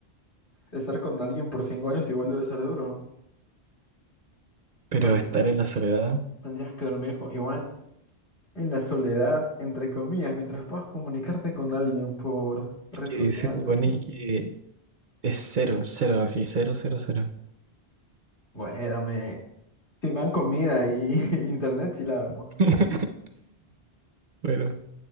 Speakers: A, on the left (about 85°); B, on the right (about 55°).
A: Estar con alguien por cinco años igual debe ser duro.
B: Pero
A: O sea, ten-
B: estar en la soledad.
A: tendrías que dormir co- igual en la soledad, entre comillas, mientras puedas comunicarte con alguien por red
B: Y que
A: social,
B: se supone
A: tal vez.
B: que Es cero, cero, así, cero, cero, cero.
A: Bueno, Si me dan comida y <laughs> internet, sí la armo.
B: <laughs> Bueno,